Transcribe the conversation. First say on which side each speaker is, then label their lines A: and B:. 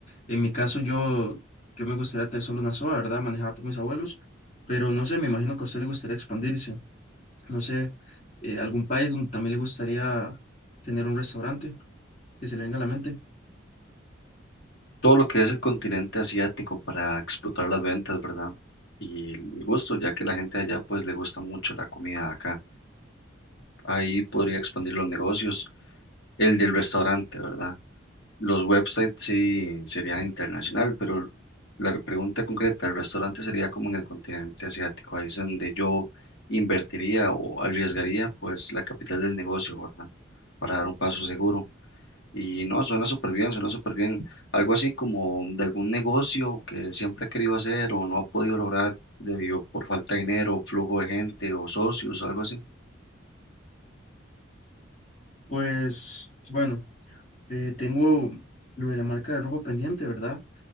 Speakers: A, on the left; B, on the left.
A: En mi caso, yo, yo me gustaría tener solo una soda, ¿verdad? Manejada por mis abuelos, pero no sé, me imagino que a usted le gustaría expandirse. No sé, eh, algún país donde también le gustaría tener un restaurante que se le venga a la mente.
B: Todo lo que es el continente asiático para explotar las ventas, ¿verdad? Y el gusto, ya que la gente allá pues le gusta mucho la comida de acá. Ahí podría expandir los negocios, el del restaurante, ¿verdad? Los websites sí sería internacional, pero la pregunta concreta, el restaurante sería como en el continente asiático, ahí es donde yo invertiría o arriesgaría pues la capital del negocio, ¿verdad? Para dar un paso seguro. Y no, suena súper bien, suena súper bien. Algo así como de algún negocio que siempre ha querido hacer o no ha podido lograr debido por falta de dinero, flujo de gente o socios, algo así.
A: Pues bueno, eh, tengo lo de la marca de ropa pendiente, ¿verdad?